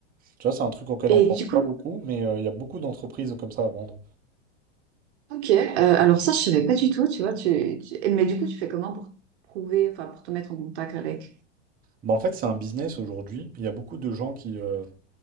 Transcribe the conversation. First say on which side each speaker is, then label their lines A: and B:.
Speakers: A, on the right; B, on the right.
A: Tu vois, c'est un truc auquel
B: Et
A: on pense
B: du
A: pas
B: coup.
A: beaucoup, mais euh, il y a beaucoup d'entreprises comme ça à vendre.
B: Ok, euh, alors ça, je savais pas du tout, tu vois. Tu, tu- eh, Mais du coup, tu fais comment pour prouver, enfin, pour te mettre en contact avec?
A: Bah, en fait, c'est un business aujourd'hui. Il y a beaucoup de gens qui, euh,